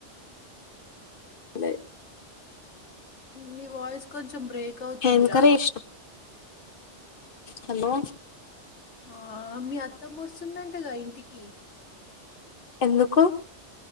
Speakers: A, on the left; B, on the left.
A: లె
B: నీ వాయిస్ కొంచెం బ్రేక్ అవుతుందిరా
A: ఎంకరేష్ హలో
B: ఆ మీ అత్తమ్మ వస్తుందంటగా ఇంటికి
A: ఎందుకు